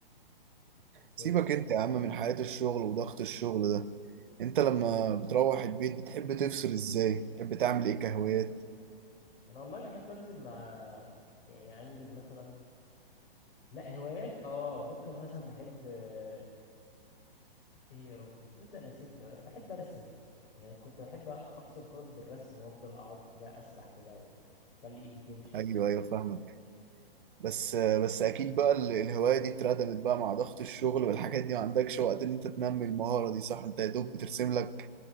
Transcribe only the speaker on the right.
سيبك انت يا عم من حياة الشغل وضغط الشغل ده انت لما بتروح البيت بتحب تفصل ازاي بتحب تعمل ايه كهوايات
ايوه ايوه فاهمك بس بس اكيد بقى ال- الهوايه دي اتردمت بقى مع ضغط الشغل والحاجات دي ما عندكش وقت ان انت تنمي المهاره دي صح انت يا دوب بترسم لك